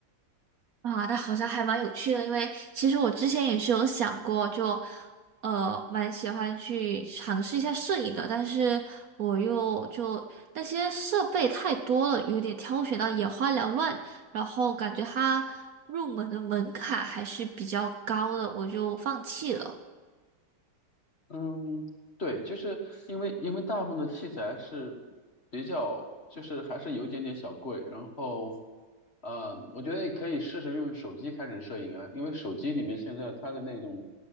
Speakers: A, on the right; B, on the left.
A: 啊，那好像还蛮有趣的，因为其实我之前也是有想过就，呃蛮喜欢去尝试一下摄影的，但是我又就那些设备太多了，有点挑选到眼花缭乱，然后感觉它入门的门槛还是比较高的，我就放弃了。
B: 嗯，对，就是因为因为大部分的器材是比较，就是还是有一点点小贵，然后，呃，我觉得你可以试试用手机开始摄影啊，因为手机里面现在它的那种，